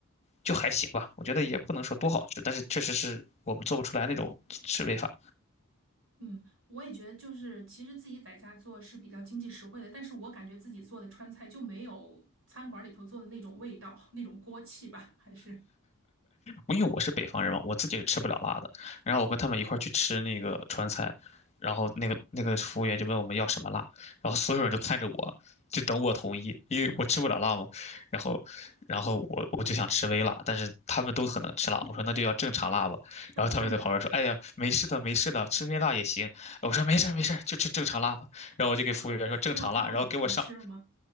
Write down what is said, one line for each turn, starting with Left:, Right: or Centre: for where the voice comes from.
Left: 就还行吧。我觉得也不能说多好吃，但是确实是我们做不出来那种吃味法。
Right: 嗯，我也觉得就是，其实自己在家做是比较经济实惠的，但是我感觉自己做的川菜就没有餐馆里头做的那种味道，那种锅气吧，还是，
Left: 因为我是北方人嘛，我自己是吃不了辣的。然后我跟他们一块儿去吃那个川菜，然后那个那个服务员就问我们要什么辣，然后所有人都看着我，就等我同意，因为我吃不了辣嘛。
Right: 嗯，
Left: 然后，然后我我就想吃微辣，但是他们都很能吃辣，我说那就要正常辣吧。
Right: <laughs> 就那你还
Left: 然后他们就在旁边说：“哎呀，没事的，没事的，吃微辣也行。”我说：“没事儿没事儿，就吃正常辣吧。”然后我就给服务员说正常辣，
Right: <laughs> 结果结果最后你你吃了吗？
Left: 然后给我上。